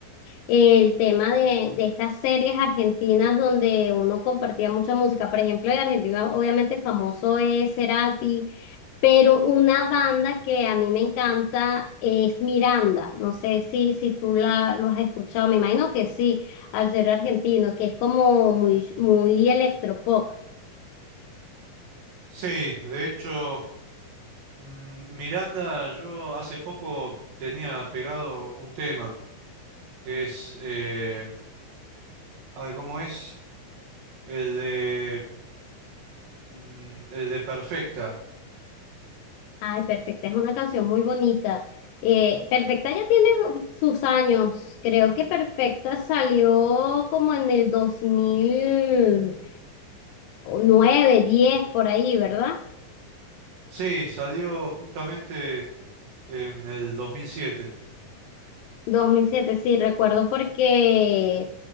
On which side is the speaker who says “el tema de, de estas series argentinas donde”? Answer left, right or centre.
Left